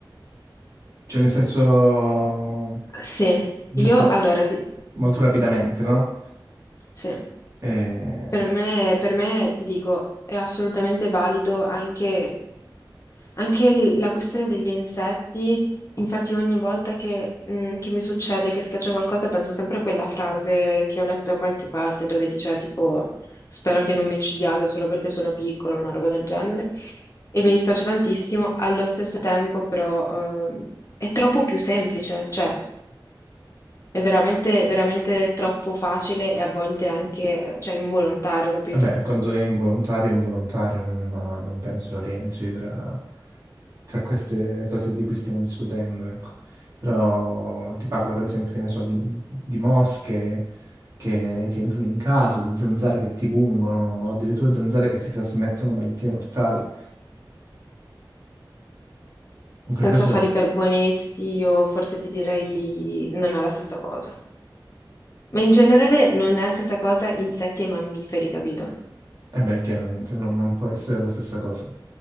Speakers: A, on the right; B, on the left.
A: Cioè, nel senso,
B: Sì,
A: giusto,
B: io allora ti...
A: molto rapidamente, no?
B: sì.
A: Eh,
B: Per me, per me, ti dico, è assolutamente valido anche Anche l- la questione degli insetti, infatti ogni volta che, mm, che mi succede che schiaccio qualcosa penso sempre a quella frase che ho letto da qualche parte dove diceva tipo spero che non mi uccidiate solo perché sono piccolo, una roba del genere. E mi dispiace tantissimo, allo stesso tempo però ehm, è troppo più semplice, cioè è veramente, veramente troppo facile e a volte anche, cioè, involontario, capito?
A: vabbè, quando è involontario, è involontario, non, non penso rientri tra... tra queste cose di cui stiamo discutendo, ecco. Però ti parlo per esempio, che ne so, di, di mosche che, che entrano in casa, di zanzare che ti pungono, o addirittura zanzare che ti trasmettono malattie mortali. In
B: Senza
A: quel caso,
B: fare i perbonisti, io forse ti direi non è la stessa cosa. Ma in generale non è la stessa cosa insetti e mammiferi, capito?
A: eh beh, chiaramente non, non può essere la stessa cosa.